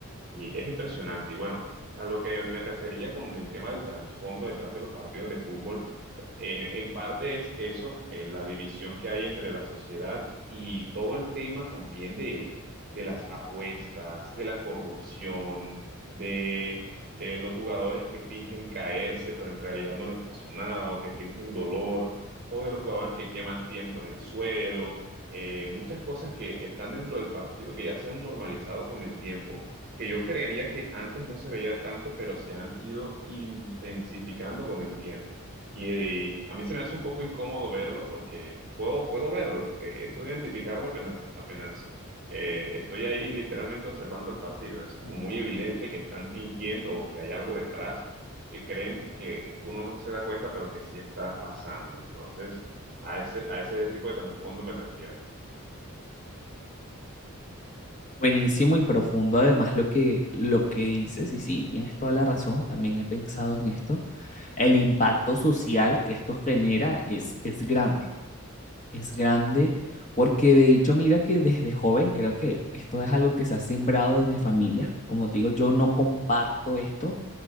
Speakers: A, on the right; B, on the left.
A: Y es impresionante. Y bueno, a lo que me refería con el tema del trasfondo detrás de los partidos de fútbol, eh, en parte es eso, eh, la división que hay entre la sociedad y todo el tema también de, de las apuestas, de la corrupción, de, de los jugadores que fingen caerse, pero en realidad no les pasó nada, o que fingen dolor, o de los jugadores que queman tiempo en el suelo. eh, muchas cosas que están dentro del partido que ya se han normalizado con el tiempo que yo creería que antes no se veía tanto, pero se han ido intensificando con el tiempo. Y, eh, a mí se me hace un poco incómodo verlo porque puedo, puedo verlo, eh, eh, puedo identificarlo apenas, apenas eh, estoy ahí literalmente observando el partido. Es como muy evidente que están fingiendo o que hay algo detrás que creen que uno no se da cuenta, pero que sí está pasando. Entonces, a ese, a ese tipo de trasfondo me refiero.
B: Buenísimo y profundo además lo que, lo que dices, y sí, tienes toda la razón, también he pensado en esto, el impacto social que esto genera es, es grande. es grande, porque de hecho, mira que desde joven creo que esto es algo que se ha sembrado desde familias. Como te digo, yo no comparto esto